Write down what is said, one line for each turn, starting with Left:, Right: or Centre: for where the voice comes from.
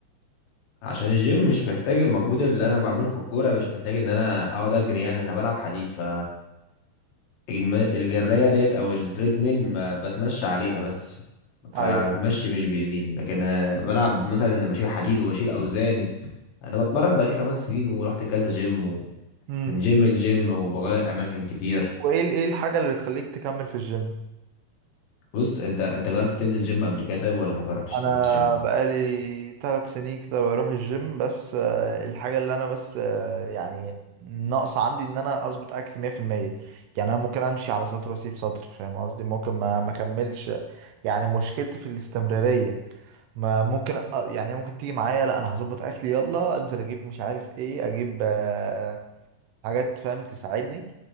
Left: عشان الجيم مش محتاج المجهود اللي أنا بعمله في الكورة مش محتاج إن أنا أقعد أجري يعني أنا بلعب حديد ف الم- الجراية ديت أو التريد ميل ما بتمشى عليها بس فمشي
Right: ايوه
Left: مش بيأذيني لكن أنا بلعب مثلا أنا بشيل حديد وبشيل أوزان أنا بتمرن بقالي خمس سنين ورحت كذا جيم
Right: امم
Left: من جيم لجيم وبغير اماكن كتير
Right: وايه ال- ايه الحاجه اللي بتخليك تكمل في الجيم
Left: بص انت انت جربت تنزل جيم قبل كده طيب ولا ما جربتش
Right: انا
Left: تنزل جيم
Right: بقالي ثلاث سنين كده بروح الجيم بس آه، الحاجه اللي انا بس آه، يعني ناقص عندي ان انا اظبط اكلي 100% يعني انا ممكن امشي على سطر واسيب سطر فاهم قصدي ممكن ما ما اكملش يعني مشكلتي في الاستمراريه ما ممكن أ- يعني ممكن تيجي معايا لا انا هظبط اكلي يلا انزل اجيب مش عارف ايه اجيب آه، حاجات فاهم تساعدني